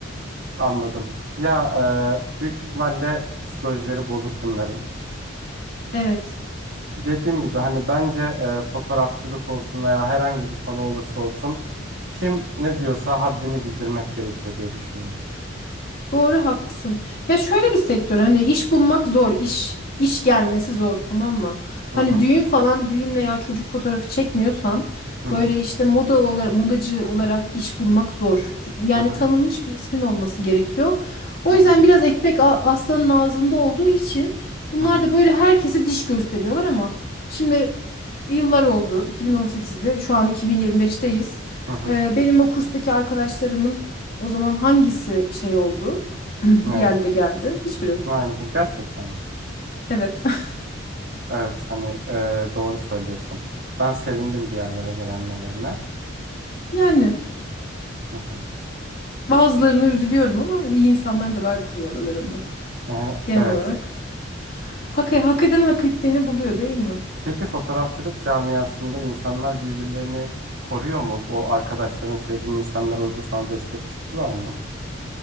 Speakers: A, on the right; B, on the left.
A: Anladım. Ya e, büyük ihtimalle psikolojileri bozuk bunların.
B: Evet.
A: Dediğim gibi hani bence e, fotoğrafçılık olsun veya herhangi bir konu olursa olsun kim ne diyorsa haddini bildirmek gerekiyor diye düşünüyorum.
B: Doğru haklısın. Ya şöyle bir sektör hani iş bulmak zor, iş iş gelmesi zor tamam mı? Hani
A: Hı hı,
B: düğün falan düğün veya çocuk fotoğrafı çekmiyorsan
A: hı
B: böyle
A: hı,
B: işte moda olarak modacı olarak iş bulmak zor. Yani
A: hı hı,
B: tanınmış bir ismin olması gerekiyor. O
A: hı
B: yüzden
A: hı,
B: biraz ekmek a- aslanın ağzında olduğu için bunlar
A: hı hı,
B: da böyle herkese diş gösteriyorlar ama şimdi yıllar oldu 2018'de şu an 2025'teyiz.
A: hı hı.
B: Ee, benim o kurstaki arkadaşlarımın o zaman hangisi şey oldu? <clears throat> bir
A: Ne?
B: yerlere geldi. Hiçbiri.
A: Yani gerçekten mi?
B: Evet. <laughs>
A: Evet hani e, doğru söylüyorsun. Ben sevindim bir yerlere gelenmelerine.
B: Yani
A: Hı hı.
B: bazılarına üzülüyorum ama iyi insanlar da vardı tabii aralarında.
A: Ee,
B: Genel
A: Evet,
B: olarak. Hak, hak eden hak ettiğini buluyor değil mi?
A: Peki fotoğrafçılık camiasında insanlar birbirlerini koruyor mu? O arkadaşların sevdiğin insanlar orada sana destek çıktılar mı?